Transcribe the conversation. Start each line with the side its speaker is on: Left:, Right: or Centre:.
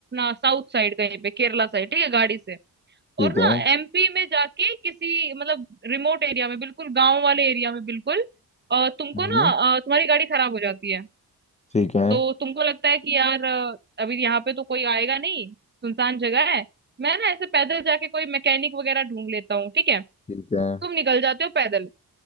Right: साउथ साइड कहीं पे केरला साइड ठीक है गाड़ी से
Left: ठीक
Right: और ना
Left: है
Right: एमपी में जाके किसी मतलब रिमोट एरिया में बिल्कुल गांव वाले एरिया में बिल्कुल अ, तुमको
Left: हम्म
Right: ना अ, तुम्हारी गाड़ी खराब हो जाती है
Left: ठीक है
Right: तो तुमको लगता है कि यार अ, अभी यहाँ पे तो कोई आएगा नहीं सुनसान जगह है मैं ना ऐसे पैदल जाके कोई मैकेनिक वगैरह ढूंढ लेता हूँ ठीक है
Left: ठीक है
Right: तुम निकल जाते हो पैदल